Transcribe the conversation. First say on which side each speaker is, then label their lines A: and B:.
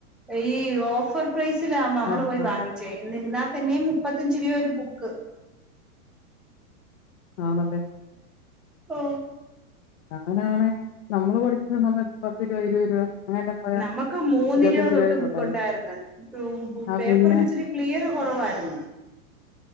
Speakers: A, in the centre; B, on the left.
A: ഈ ഓഫ് ഫർ പ്രൈസ് ലാവുമ്പ മ്മൾ
B: ആ
A: പോയി
B: ആ
A: വാങ്ങിച്ചേ എന്നിരുന്നാ തന്നെ മുപ്പത്തഞ്ച് രൂപ ഒരു ബുക്ക്
B: ആ നല്ലെ
A: ആ
B: ഞാനാണെ നമ്മള് പഠിച്ചിര്ന്ന സമയത്ത് പത്ത് രൂപ ഇരുപത് രൂപ അങ്ങനെ പോയാ
A: നമുക്ക് മൂന്ന്
B: ഇരുപത്തഞ്ച്
A: രൂപ തൊട്ട്
B: രൂപയൊക്കെ
A: ബുക്ക്
B: ഉള്ളായിരുന്നു
A: ഉണ്ടായിരുന്നു <unintelligible>
B: ആ
A: പേപ്പറിന്
B: പിന്നെ
A: ഇച്ചിരി ക്ലിയർ കൊറവായിരുന്നു